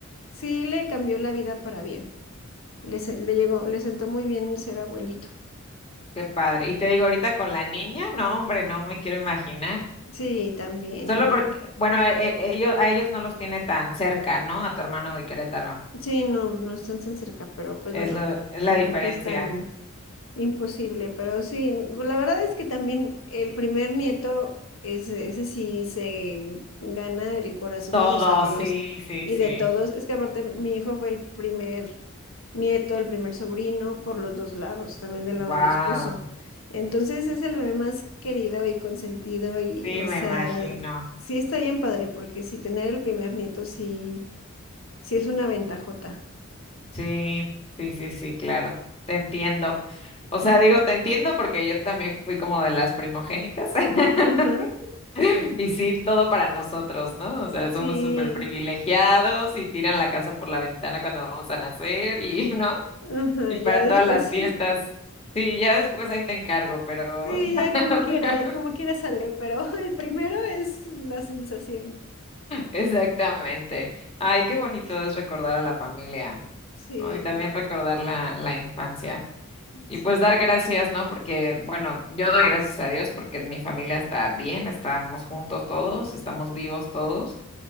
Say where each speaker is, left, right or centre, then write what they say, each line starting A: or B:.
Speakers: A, on the left; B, on the left.
A: sí le cambió la vida para bien. Le, se- le llegó, le sentó muy bien ser abuelito.
B: Qué padre. Y te digo, ahorita con la niña, no, hombre, no me quiero imaginar.
A: Sí, también,
B: Solo
A: no.
B: porque, bueno, e- ellos, a ellos no los tiene tan cerca, ¿no? A tu hermano de Querétaro.
A: Sí, no, no están tan cerca, pero pues
B: Es
A: bueno,
B: lo, es la
A: tampoco
B: diferencia.
A: es tan. Imposible, pero sí, la verdad es que también el primer nieto, ese, ese sí se gana el corazón
B: Todo,
A: de los abuelos
B: sí, sí,
A: y
B: sí.
A: de todos. Es que aparte mi hijo fue el primer nieto, el primer sobrino por los dos lados, también del
B: Wow.
A: lado de mi esposo. Entonces es el bebé más querido y consentido y,
B: Sí,
A: o
B: me
A: sea,
B: imagino.
A: sí está bien padre porque si tener el primer nieto sí, sí es una ventajota.
B: Sí, sí, sí, sí, claro. Te entiendo. O sea,
A: Ujú.
B: digo, te entiendo porque yo también fui como de las primogénitas. <laughs>
A: Ajá,
B: Y sí, todo para nosotros, ¿no? O sea, somos
A: sí,
B: súper privilegiados y tiran la casa por la ventana cuando vamos a nacer y, <laughs> ¿no?
A: ajá,
B: Y
A: ya
B: para todas
A: después.
B: las fiestas.
A: <laughs>
B: Sí, ya después ahí te encargo, pero,
A: Sí,
B: <laughs>
A: ya como quiera, y como quiera sale, pero <laughs> el primero es la sensación.
B: Exactamente. Ay, qué bonito es recordar a la familia,
A: Sí,
B: ¿no? Y también recordar la, la infancia. Y
A: sí,
B: pues dar gracias, ¿no? Porque, bueno, yo doy gracias a Dios porque mi familia está bien, estamos juntos todos, estamos vivos todos.